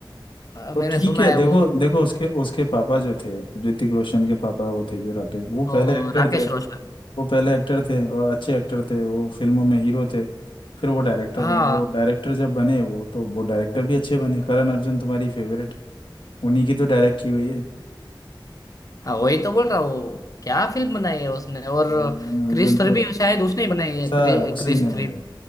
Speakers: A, on the left (about 45°); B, on the left (about 80°).
A: अ,
B: तो
A: मैंने
B: ठीक
A: सुना
B: है
A: है
B: देखो
A: वो
B: देखो उसके उसके पापा जो थे ऋतिक रोशन के पापा वो थे जो राकेश वो
A: ओ,
B: पहले एक्टर
A: राकेश
B: थे
A: रोशन
B: वो पहले एक्टर थे और अच्छे एक्टर थे वो फिल्मों में हीरो थे फिर वो डायरेक्टर
A: हाँ
B: बन वो डायरेक्टर जब बने वो तो वो डायरेक्टर भी अच्छे बने करण अर्जुन तुम्हारी फेवरेट उन्हीं की तो डायरेक्ट की हुई है
A: हाँ वही तो बोल रहा हूँ क्या फिल्म बनाई है उसने और
B: करण अर्जुन
A: क्रिस थ्री
B: तो
A: भी शायद उसने ही बनाई है
B: सा
A: क्रि,
B: उसी
A: क्रिस
B: ने बनाई
A: थ्री